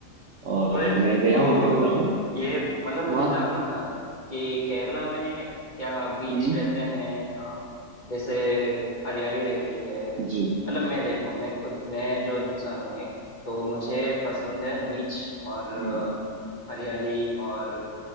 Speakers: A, on the right; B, on the left.
A: और
B: तो ये-
A: मैं गया
B: तो
A: हूँ केरला में
B: ये मतलब मुझे
A: वहाँ
B: जानना था कि केरला में क्या बीच
A: हम्म
B: रहते हैं या जैसे हरियाली रहती है
A: जी
B: मतलब मैं देखो मैं खुद मैं जो इंसान हूँ एक तो मुझे पसंद है बीच और अ,
A: हम्म
B: हरियाली और